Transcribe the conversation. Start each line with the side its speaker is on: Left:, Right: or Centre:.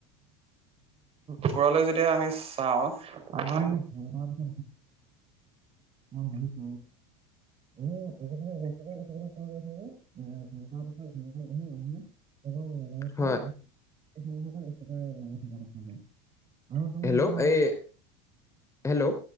Right: ওপৰলৈ যেতিয়া আমি চাওঁ, <unintelligible> বহুত মন গৈ থাকে।
Left: <inaudible>
Right: আমি আজিকালি বেছিকৈ দেখিবলৈ পোৱা গৈছে যে এ ঘন্টাৰ পিছত ঘন্টা বহি মানুহে কেৱল মোবাইল ফোন
Left: হয়।
Right: বা সমূহতে বেছিকৈ লাগি থকা দেখা যায় আৰু তুমি
Left: হেল্ল'
Right: যি
Left: এই হেল্ল'